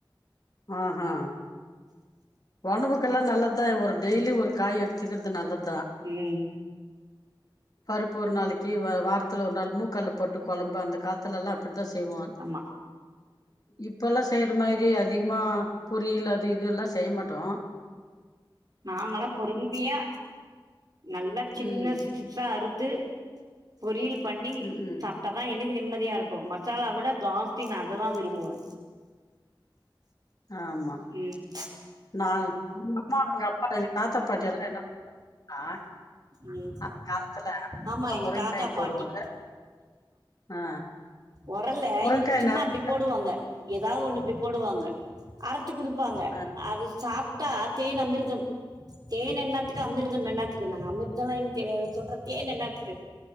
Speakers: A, on the left (about 50°); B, on the right (about 50°).
A: ஆ ஆ ஒடம்புக்கெல்லா நல்லத்தா ஒரு டெய்லி ஒரு காய் எடுத்துக்கிறது நல்லத்தா
B: உம்
A: பருப்பு ஒரு நாளைக்கி வ வாரத்துல ஒரு நாள் மூக்கால்ல போட்டு கொழம்பு அந்த காலத்துலல்லா அப்படி த செய்வா
B: ஆமா
A: இப்பெல்லா செய்யற மாரி அதிகமா பொரியல் அது இது எல்லா செய்ய மாட்டோ
B: நாங்களா பொறுமையா நல்லா சின்ன
A: ம்
B: சிஸஸா அறு த்து பொரியல் பண்ணி
A: ம் ம்
B: சாப்ட்டா தா எனக்கு நிம்மதி யா இருக்கு மசாலா விட ஜாஸ்தி நா அததா விரும்புவே
A: ஆமா
B: ம்
A: நா எங்க அம்மா எங்க அப்பா எங்க தாத்தா பாட்டி எல்லா என்ன ஆ
B: ம்
A: அந் காலத்துல ரொம்ப
B: ஆமா எங்க
A: முருங்கா
B: தாத்தா
A: போடுவாங்க
B: பாட்டி
A: ஆ
B: உரல்ல
A: முருங்காய்
B: இப்டி சும்மா
A: நெறைய
B: அப்டி போடுவாங்க எதாவது ஒன்னு இப்டி போடுவாங்க அரைச்சி குடுப்பாங்க
A: ஆ
B: அது சாப் ட்டா தேன் அமிர்தம் தேன் என்னாத்துக்கு அமிர்தம் என்னாத்து என்னாத்துக் அமிர்தல்லா எனக்கு தெரியாது சொல்ற தேன் என்னாத்துக்கு